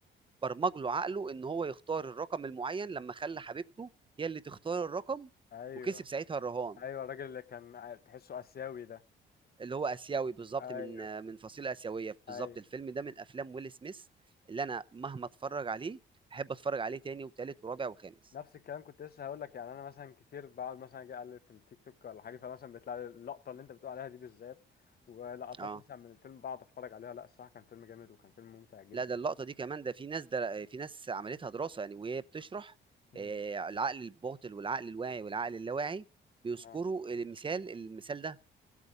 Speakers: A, on the right; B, on the left.
A: برمج له عقله ان هو يختار الرقم المعين لما خلى حبيبته هي اللي تختار الرقم
B: ايوه
A: وكسب ساعتها الرهان
B: ايوه الراجل اللي كان ع- تحسه اسيوي ده
A: اللي هو اسيوي بالظبط
B: ايوه
A: من من فصيله اسيويه بالظبط
B: ايوه
A: الفيلم ده من افلام ويل سميث اللي انا مهما اتفرج عليه احب اتفرج عليه تاني وتالت ورابع وخامس
B: نفس الكلام كنت لسه هقول لك يعني انا مثلا كتير بقعد مثلا اجي اقلب في التيك توك ولا حاجه فمثلا بيطلع لي اللقطه اللي انت بتقول عليها دي بالذات ولقطات
A: اه
B: مثلا من الفيلم بقعد اتفرج عليها لا الصراحه كان فيلم جامد وكان فيلم ممتع جدا
A: لا ده
B: جدا
A: اللقطه دي كمان ده في ناس ده في ناس عملتها دراسه يعني وهي بتشرح
B: امم
A: آه، العقل الباطن والعقل الواعي والعقل اللاواعي بيذكروا
B: اه
A: المثال المثال ده